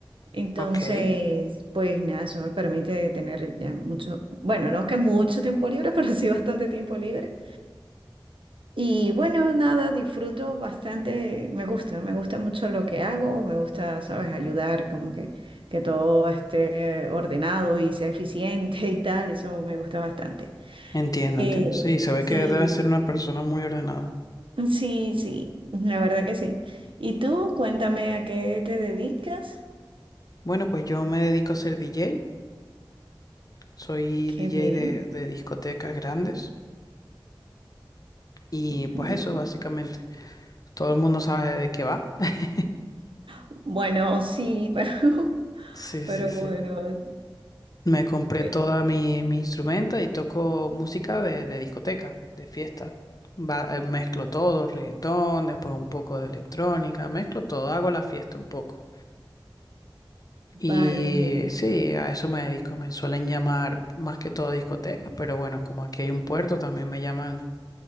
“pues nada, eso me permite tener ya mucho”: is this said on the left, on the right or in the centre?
Right